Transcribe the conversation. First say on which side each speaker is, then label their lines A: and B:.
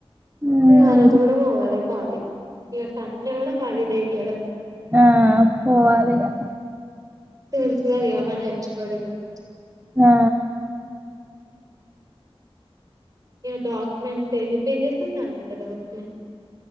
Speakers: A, on the right; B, on the right.
A: ఉమ్
B: ఇంకా ఆ రోజు కూడా పోవాలి కాలేజ్ కి ఇక సండే కూడా హాలిడే ఇయ్యాడు
A: ఆ పోవాలిగా
B: ఉమ్ తెలుసుకదా మనం హెచ్ ఓ డి గురించి
A: ఆ
B: ఇక డాక్యుమెంట్ ఎన్ని పేజెస్ ఉండాలంట డాక్యుమెంట్